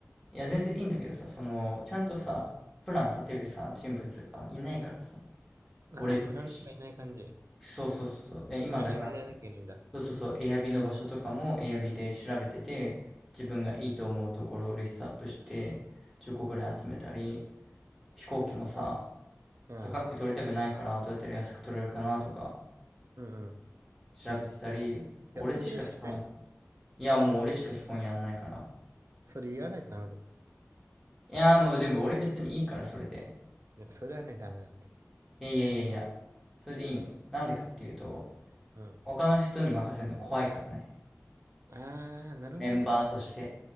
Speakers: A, in the centre; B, on the right.
A: いや、全然いいんだけどさ、その、ちゃんとさ、
B: う
A: プラン立てるさ、人物がいないからさ、
B: ん。
A: 俺ぐらいしか
B: ああ、プランナーがいない感じ。
A: そうそうそうそう。で、今だから、
B: なんか自分でやらなきゃいけないんだ。
A: そうそうそう、エアビの場所とかもエアビで調べてて、自分がいいと思うところをリストアップして、10個ぐらい集めたり、飛行機もさ、
B: うん。
A: 高く取りたくないから、どうやったら安く取れるかなとか、
B: うんうん。
A: 調べてたり、俺しか基本、
B: やってくれる人いないの
A: いや、もう俺しか基本やんないから。
B: それ言わないとダメだよ。
A: いやー、まあでも俺別にいいから、それで。
B: いや、それはね、ダメだって。
A: いやいやいやいや、それでいいの。なんでかっていうと、
B: うん。
A: 他の人に任せるの怖いからね。
B: あー、なるほどね。
A: メンバーとして、